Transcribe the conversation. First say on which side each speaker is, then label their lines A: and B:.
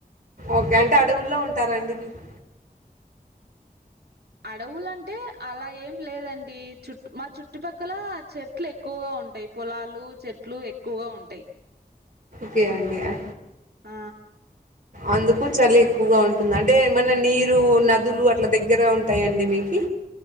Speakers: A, on the right; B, on the right.
A: ఓకే అంటే అడవుల్లో ఉంటారండి మీకు
B: అడవులంటే అలా ఏం లేదండి చుట్ మా చుట్టుపక్కల చెట్ చెట్లు ఎక్కువగా ఉంటాయి పొలాలు చెట్లు ఎక్కువగా ఉంటాయి
A: కే అండి అ
B: ఆ
A: అందుకు చలి ఎక్కువగా ఉంటుంది అంటే ఏమన్నా నీరు నదులు అట్లా దగ్గరే ఉంటాయండి మీకు